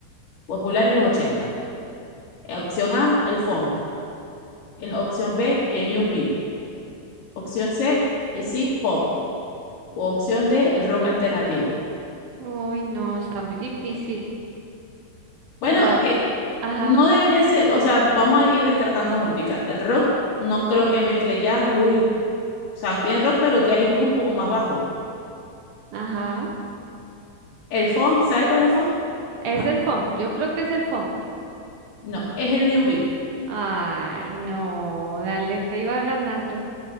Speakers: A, on the left; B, on the right.
A: Popular en los 80. Eh, Opción A, el funk. En la opción B, el new beat. Opción C, el synth pop. o opción de el rock alternativo.
B: Uy, no, está muy difícil.
A: Bueno,
B: Será,
A: eh,
B: ajá,
A: no debería ser, o sea, vamos a ir descartando juntica. El rock no creo que mezcle jazz, blues y, o sea, tiene rock, pero jazz y blues un poco más bajo.
B: ajá.
A: El funk, ¿sabes cuál es el funk?
B: Es el funk, yo creo que es el funk.
A: No, es el new beat.
B: Ay, no, dale, te iba ganando.